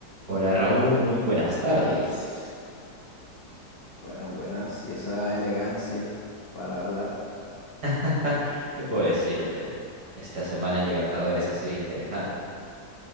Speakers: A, on the right; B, on the left.
A: Hola Raúl, muy buenas tardes.
B: Buenas, buenas. Y esa elegancia para hablar
A: <laughs> ¿Qué puedo decirte? Esta semana en Libertadores ha sido interesante.